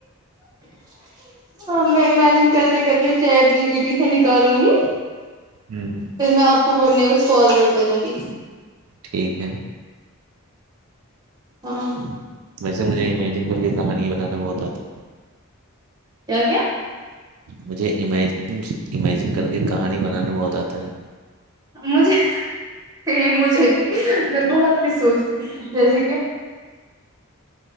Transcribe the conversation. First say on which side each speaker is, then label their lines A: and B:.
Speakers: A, on the right; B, on the right.
A: جی ہاں میں امیجن کرتے کربھی چیید جی بیٹی سے نکالوں گی
B: ہوں
A: پھر میں آپ کو وہ نیوز فارورڈ کروں گی
B: ٹھیک ہے
A: ہاں
B: ویسے مجھے امیجن کر کے کہانی بنانا بہت آتا
A: کیا کیا
B: مجھے امیجن امیجن کر کے کہانی بنانا بہت آتا ہے
A: مجھے نہیں مجھے نہیں میں بہت کچھ سوچتی جیسے کہ